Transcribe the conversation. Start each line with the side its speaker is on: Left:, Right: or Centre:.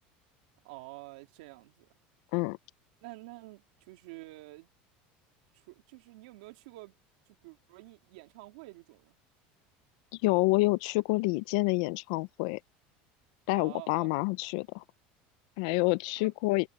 Right: 哦，这样子，
Left: 嗯，
Right: 那那就是除就是你有没有去过，就比如说演演唱会这种的？
Left: 有我有去过李健的演唱会，带我爸妈去的，
Right: 哦
Left: 还有去过
Right: 哦，他们